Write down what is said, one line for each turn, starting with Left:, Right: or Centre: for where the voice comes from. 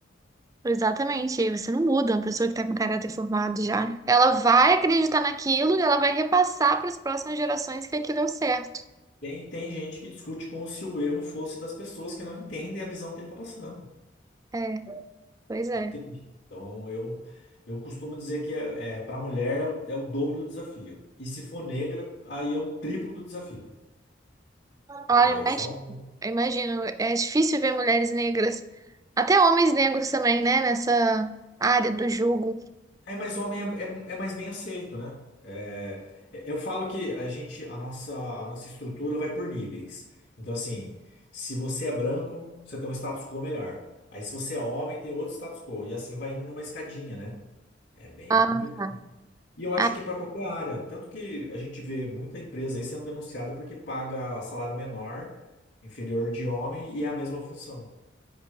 Right: Exatamente, e aí você não muda, uma pessoa que está com caráter formado já. Ela vai acreditar naquilo e ela vai repassar para as próximas gerações que aquilo é o certo.
Left: Tem, tem gente que discute como se o erro fosse das pessoas que não entendem a visão que ele tá passando.
Right: É, pois é.
Left: É triste. Então, eu, eu costumo dizer que é, é, para mulher é o, é o dobro do desafio. E se for negra, aí é o triplo do desafio. Tá,
Right: Olha, imagino,
Left: eu falo.
Right: imagino, é difícil ver mulheres negras, até homens negros também, né, nessa área do jogo.
Left: É, mas homem é, é- é mais bem aceito, né? É, eu falo que a gente, a nossa, a nossa estrutura vai por níveis. Então, assim, se você é branco, você tem um status quo melhor. Aí, se você é homem, tem outro status quo. E assim vai indo numa escadinha, né? É bem
Right: Ah,
Left: complicado.
Right: tá.
Left: E eu acho
Right: Ah,
Left: que para qualquer área, tanto que a gente vê muita empresa aí sendo denunciada porque paga salário menor, inferior de homem e é a mesma função.